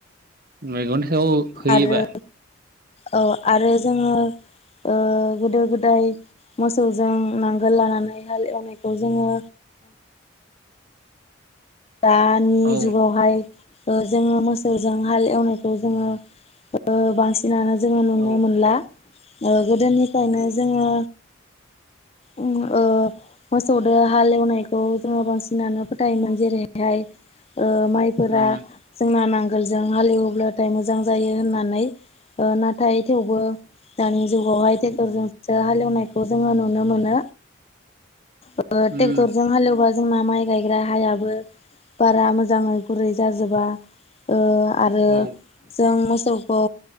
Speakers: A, on the right; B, on the left.
A: मेगन सायाव होयोबा
B: आरो औ आरो जोङो ओ गोदो गोदाय मोसौजों नांगोल लानानै हाल एवनायखौ जोङो दानि
A: औ
B: जुगावहाय ओ जोङो मोसौजों हाल एवनायखौ जोङो ओ बांसिन दाना जोङो नुनो
A: औ
B: मोनला ओ गोदोनिफ्रायनो
A: औ
B: जोङो ओ मोसौदो हालेवनायखौ जोङो बांसिनानो फोथायोमोन जेरै बेैहाय ओ माइफोरा
A: उम
B: जोंना नांगोलजों हालेवोब्लाथाय मोजां जायो होननानै ओ नाथाय थेवबो दानि जुगावहाय टेक्टरजों ओ हालेवनायखौ जोङो नुनो मोनो ओ
A: उम
B: टेक्टरजों हालेवबा ओ जोंना माइ गायग्रा हायाबो बारा मोजाङै गुरै जाजोबा ओ आरो
A: औ
B: जों मोसौखौ